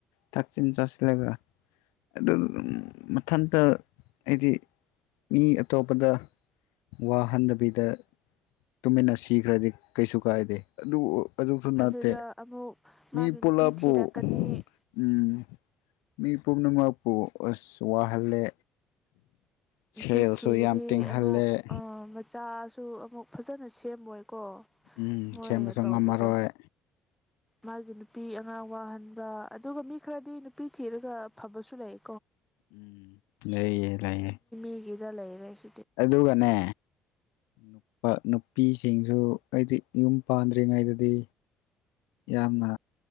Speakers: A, on the left; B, in the centre.
A: ꯊꯥꯛꯆ ꯆꯁꯤꯂꯒ ꯑꯗꯨ ꯃꯊꯟꯇ ꯍꯥꯏꯗꯤ ꯃꯤ ꯑꯇꯣꯞꯄꯗ ꯋꯥꯍꯟꯗꯕꯤꯗ ꯇꯨꯃꯤꯟꯅ ꯁꯤꯈ꯭ꯔꯗꯤ ꯀꯩꯁꯨ ꯀꯥꯏꯗꯦ ꯑꯗꯨꯕꯨ ꯑꯗꯨꯁꯨ ꯅꯠꯇꯦ
B: ꯑꯗꯨꯗ ꯑꯃꯨꯛ ꯃꯥꯒꯤ
A: ꯃꯤ ꯄꯨꯂꯞꯄꯨ
B: ꯅꯨꯄꯤ ꯊꯤꯔꯛꯀꯅꯤ
A: ꯎꯝ ꯃꯤ ꯄꯨꯝꯅꯃꯛꯄꯨ ꯑꯁ ꯋꯥꯍꯜꯂꯦ ꯁꯦꯜꯁꯨ
B: ꯅꯨꯄꯤ ꯊꯤꯒꯅꯤ
A: ꯌꯥꯝ ꯇꯤꯡꯍꯜꯂꯦ
B: ꯑꯃꯨꯛ ꯃꯆꯥꯁꯨ ꯑꯃꯨꯛ ꯐꯖꯅ ꯅ ꯁꯦꯝꯃꯣꯏꯀꯣ
A: ꯎꯝ
B: ꯃꯣꯏꯅ
A: ꯁꯦꯝꯕꯁꯨ
B: ꯇꯧꯕꯗꯣ
A: ꯉꯝꯃꯔꯣꯏ
B: ꯃꯥꯒꯤ ꯅꯨꯄꯤ ꯑꯉꯥꯡ ꯋꯥꯍꯟꯕ ꯑꯗꯨꯒ ꯃꯤ ꯈꯔꯗꯤ ꯅꯨꯄꯤ ꯊꯤꯔꯒ ꯐꯕꯁꯨ ꯂꯩ
A: ꯎꯝ ꯂꯩ ꯂꯌꯦ
B: ꯒꯤꯗ ꯂꯩꯔꯦꯁ
A: ꯑꯗꯨꯒꯅꯦ ꯅꯨꯄꯥ ꯅꯨꯄꯤꯁꯤꯡꯁꯨ ꯑꯩꯗꯤ ꯌꯨꯝ ꯄꯥꯟꯗ꯭ꯔꯤꯉꯩꯗꯗꯤ ꯌꯥꯝꯅ